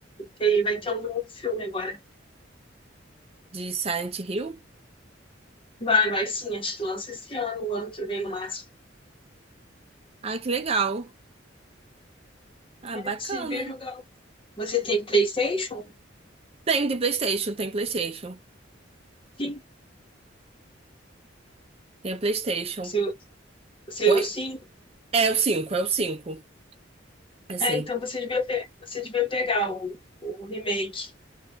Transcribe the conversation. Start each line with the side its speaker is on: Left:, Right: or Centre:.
Left: teve, vai ter um novo filme agora.
Right: De Silent Hill.
Left: Vai, vai sim, acho que lança esse ano, o ano que vem no máximo.
Right: Ah, que legal. Ah,
Left: É,
Right: bacana.
Left: vocês devem jogar. Você tem PlayStation?
Right: Tem de PlayStation, tem PlayStation.
Left: Sim.
Right: Tem a PlayStation.
Left: Seu, seu
Right: Oi?
Left: sim?
Right: É o cinco, é o 5. Assim.
Left: É, então você devia, pe- você devia pegar o, o remake